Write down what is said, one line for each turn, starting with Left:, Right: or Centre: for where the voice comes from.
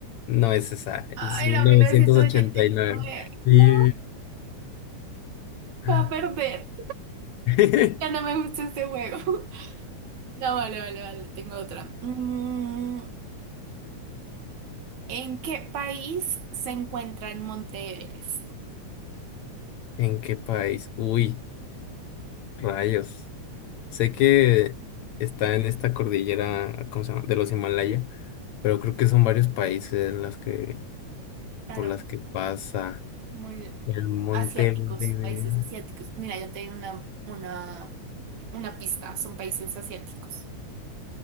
Left: no es esa,
Right: Ah,
Left: es mil
Right: era
Left: novecientos
Right: mil novecientos
Left: ochenta
Right: ochenta y
Left: y nueve.
Right: nueve
Left: Sí.
Right: No,
Left: <laughs>
Right: va a perder.
Left: <laughs>
Right: Ya no me gusta este juego. <laughs> No, vale, vale, vale. Tengo otra. Mm, ¿En qué país se encuentra el Monte Everest?
Left: ¿En qué país? Uy, rayos. Sé que está en esta cordillera, ¿cómo se llama? De los Himalaya, pero creo que son varios países las que,
Right: Claro,
Left: por las que pasa
Right: muy
Left: el monte.
Right: asiáticos,
Left: de-
Right: países asiáticos. Mira, yo tengo una, una, una pista, son países asiáticos.